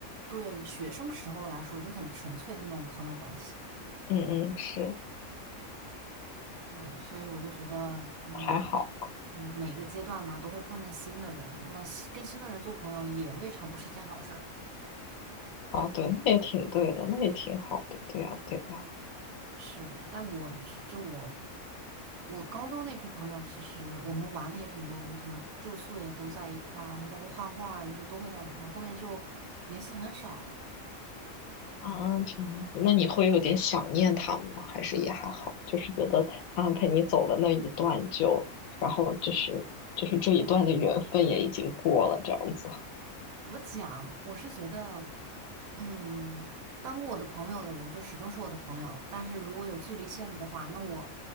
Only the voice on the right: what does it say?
对学生时候来说就是很纯粹的那种朋友关系。
对，所以我就觉得，嗯嗯，
每个阶段嘛，都会碰见新的人，那么新跟新的人做朋友也未尝不是一件好事儿。
是的，但我只这我我高中那批朋友，其实我们玩的也挺多，我们什么住宿也都在一块儿，然后包括画画，有时候都会在一块儿，后面就联系很少了。
怎么讲？我是觉得，嗯，当过我的朋友的人就始终是我的朋友，但是如果有距离限制的话，那我，